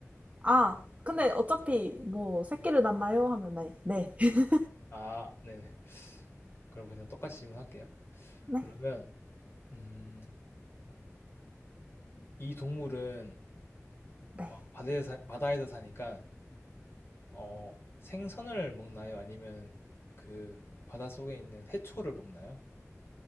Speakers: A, on the right (about 25°); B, on the left (about 50°).
A: 아, 근데 어차피 뭐 새끼를 낳나요? 하면 네, 네, <laughs>
B: 아 네네 그럼 그냥 똑같이 질문할게요.
A: 네,
B: 그러면 음, 이 동물은
A: 네.
B: 어, 바다에서, 사- 바다에서 사니까 어, 생선을 먹나요? 아니면 그 바다 속에 있는 해초를 먹나요?